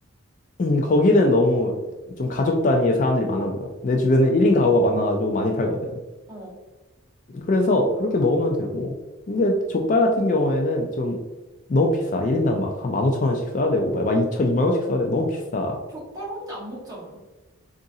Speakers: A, on the left; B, on the right.
A: 음, 거기는 너무 좀 가족 단위의 사람들이 많아 보다. 내 주변에 1인 가구가 많아가지고 많이 팔거든.
B: 어
A: 그래서 그렇게 먹으면 되고. 근데 족발 같은 경우에는 좀 너무 비싸. 1인당 막 한 15,000원씩 써야 되고, 막 2천, 2만 원씩 써야 되고, 너무 비싸.
B: 족발 혼자 안 먹잖아